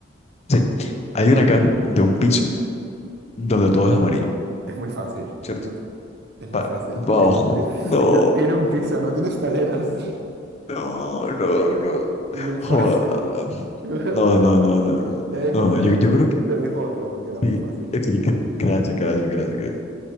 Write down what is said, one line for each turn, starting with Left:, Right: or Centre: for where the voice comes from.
Left: Sí, hay una casa de un piso donde todo es amarillo,
Right: Es muy fácil.
Left: ¿cierto?
Right: No, Es
Left: Pa-
Right: muy fácil.
Left: oh,
Right: Tiene, ti-
Left: no,
Right: tiene- tiene un piso, no tiene escaleras. <laughs>
Left: no, no, no.
Right: Muy fácil.
Left: Joda.
Right: <laughs>
Left: No, no, no, no, no.
Right: Te dejo,
Left: No, no,
Right: te
Left: no,
Right: dejo,
Left: yo, yo creo que
Right: te dejo otro porque era
Left: sí,
Right: muy fácil.
Left: eh, sí, que- Gracias, gracias, gracias, gracias.